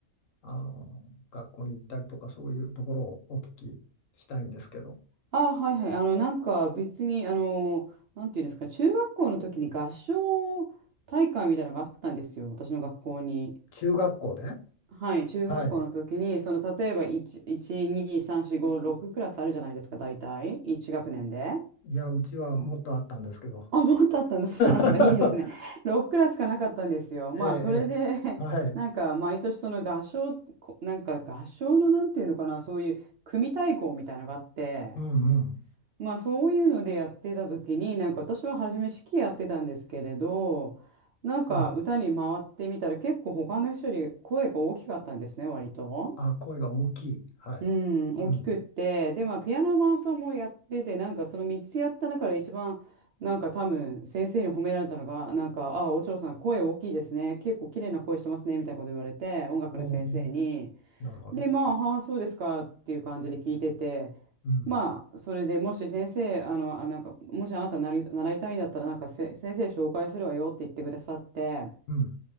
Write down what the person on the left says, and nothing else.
あの学校に行ったりとかそういうところをお聞きしたいんですけど、
中学校で、
はい、
いやうちはもっとあったんですけど、
<laughs>
ええ、ええはい、
うんうん、
おうあ、声が大きい、はい、
うん。
おーなるほど。
うん。
うん。